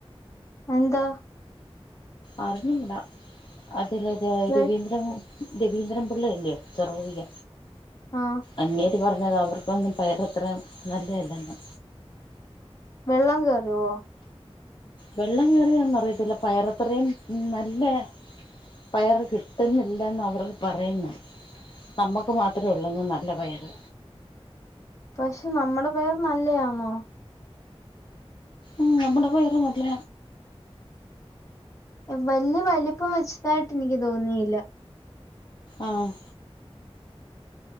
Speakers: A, on the left; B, on the left.
A: എന്ത
B: അറിഞ്ഞു കൂടാ അതല്ല
A: വെ
B: രവീന്ദ്ര രവീന്ദ്രൻ പിള്ളയല്ലയോ ചെറുറിക
A: ആ
B: അങ്ങേര് പറഞ്ഞത് അവർക്കൊന്നും പയർ അത്രയും നല്ലതല്ലെന്ന്.
A: വെള്ളം കയറുവോ?
B: വെള്ളം കയറിയണെന്ന് അറിയത്തില്ല പയറത്രയും ഉം നല്ല പയർ കിട്ടുന്നില്ലെന്ന അവർ പറയുന്നു നമ്മുക്ക് മാത്രമേ ഉള്ളൂന്ന് നല്ല പയറ്
A: പക്ഷെ നമ്മുടെ പയർ നല്ലതണോ?
B: ഉം നമ്മുടെപ്പോയറ നല്ല
A: വലിയ വലിപ്പം വെച്ചതായിട്ട് എനിക്ക് തോന്നിയില്ല
B: ആഹ്